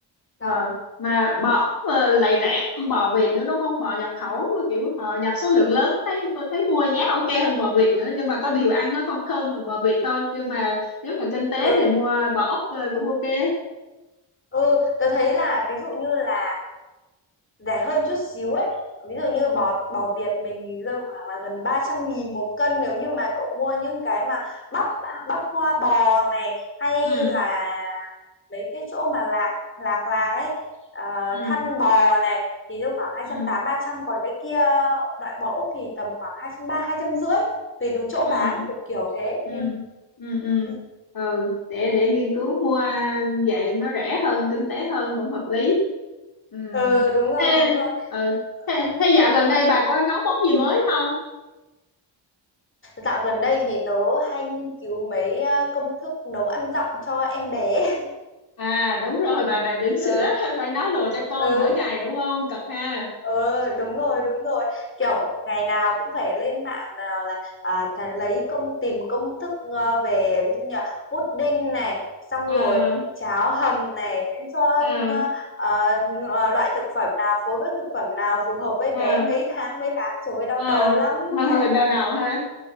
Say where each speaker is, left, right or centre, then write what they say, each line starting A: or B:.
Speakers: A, on the left; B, on the left.
A: Ờ,
B: đó
A: mà bò
B: ừ
A: ờ, lại rẻ hơn bò Việt nữa đúng không? Bò nhập khẩu mà kiểu ờ, nhập số lượng lớn thấy tôi thấy mua giá ok hơn bò Việt nữa nhưng mà có điều ăn nó không thơm bằng bò Việt thôi nhưng mà nếu mà kinh tế
B: ừ
A: thì mua bò Úc ờ, cũng ok.
B: ừ, tớ thấy là ví dụ như là rẻ hơn chút xíu ấy ví dụ như bò bò Việt mình rơi khoảng là gần ba trăm nghìn một cân nếu như mà cậu mua những cái mà bắp bắp hoa bò này hay
A: Ừ
B: là mấy cái chỗ mà lạc lạc lạc ấy ờ,
A: ừ
B: thăn bò này thì rơi khoảng hai
A: ừ
B: trăm tám mươi ba trăm còn cái kia loại bò Úc thì tầm khoảng hai hai trăm ba mươi hai trăm rưỡi tùy từng chỗ
A: ừ
B: bán kiểu kiểu thế
A: ừ
B: ừ.
A: ừ ừ
B: ừ,
A: ừ để
B: đấy
A: để nghiên cứu mua vậy nó rẻ hơn kinh tế hơn cũng hợp lý. Ừ.
B: ừ đúng rồi
A: Thế,
B: đúng rồi
A: ờ, thế,
B: ừ.
A: thế dạo gần đây bà có nấu món gì mới không?
B: Dạo gần đây thì tớ hay nghiên cứu mấy ờ, công thức nấu ăn dặm cho em bé. <laughs>
A: à đúng rồi bà mẹ bỉm sữa
B: Ờ,
A: <laughs> phải nấu đồ cho con
B: ừ
A: mỗi ngày đúng không cực ha
B: ừ đúng rồi đúng rồi kiểu ngày nào cũng phải lên mạng nào là à, thà lấy công tìm công thức ờ, về ví dụ như là pudding này xong
A: à
B: rồi cháo hầm này nên cho
A: à
B: ờ, ờ, ờ, loại thực phẩm nào phối với thực phẩm nào phù hợp với
A: à
B: bé mấy tháng mấy tháng trời ơi đau
A: à,
B: đầu lắm
A: à,
B: thầy
A: đau đầu ha